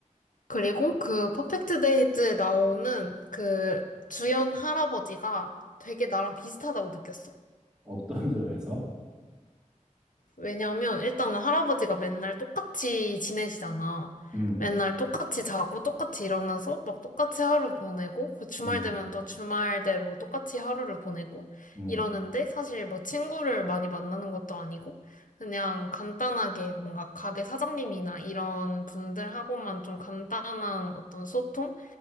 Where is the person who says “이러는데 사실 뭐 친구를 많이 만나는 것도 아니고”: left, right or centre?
Left